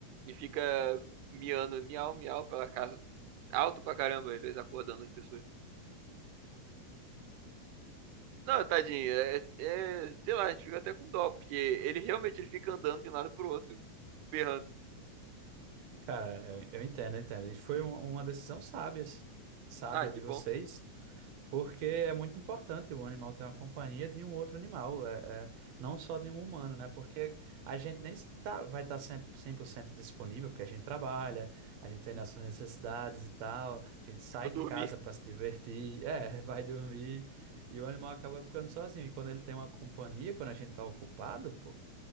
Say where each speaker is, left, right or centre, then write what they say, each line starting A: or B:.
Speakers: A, on the right; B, on the right.
A: e fica miando, miau, miau pela casa. Alto pra caramba, às vezes acordando as pessoas. Não, tadinho, é, é, sei lá, a gente fica até com dó, porque ele realmente ele fica andando de um lado pro outro, berrando.
B: Cara, eu, eu entendo, eu entendo. E foi uma, uma decisão sábia, s- sábia
A: Ah, que
B: de
A: bom.
B: vocês. Porque é muito importante o animal ter uma companhia de um outro animal, é, é, não só de um humano, né? Porque a gente nem está, vai estar sempre 100% disponível, porque a gente trabalha, a gente tem nossas necessidades e tal, a gente sai
A: Tipo,
B: de
A: dormir.
B: casa para se divertir, é, <laughs> vai dormir, e o animal acaba ficando sozinho. E quando ele tem uma companhia, quando a gente está ocupado, pô,